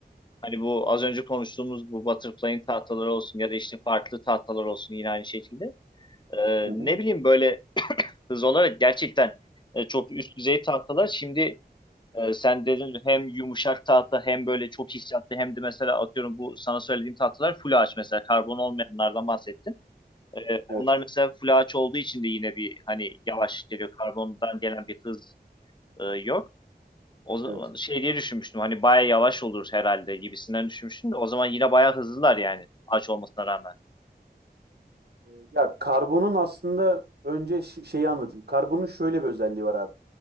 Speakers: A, on the left (about 25°); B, on the right (about 70°).
A: hani bu az önce konuştuğumuz bu butterfly'in tahtaları olsun ya da işte farklı tahtalar olsun yine aynı şekilde. Ee,
B: Hı hı.
A: ne bileyim böyle hız olarak gerçekten e, çok üst düzey tahtalar. Şimdi e, sen dedin hem yumuşak tahta hem böyle çok hissiyatlı hem de mesela atıyorum bu sana söylediğim tahtalar full ağaç mesela karbon olmayanlardan bahsettin. E, onlar
B: Evet.
A: mesela full ağaç olduğu için de yine bir hani yavaş geliyor karbondan gelen bir hız e, yok. O zaman
B: Evet.
A: şey diye düşünmüştüm hani baya yavaş olur herhalde gibisinden düşünmüştüm de o zaman yine baya hızlılar yani ağaç olmasına rağmen.
B: Ee, Ya karbonun aslında önce ş- şeyi anlatayım. Karbonun şöyle bir özelliği var abi.